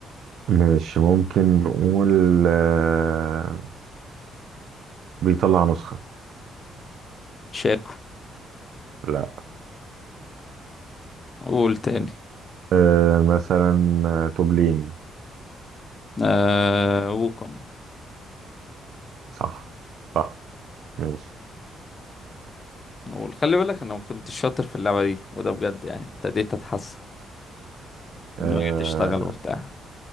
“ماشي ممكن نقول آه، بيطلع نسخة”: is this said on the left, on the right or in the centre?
Right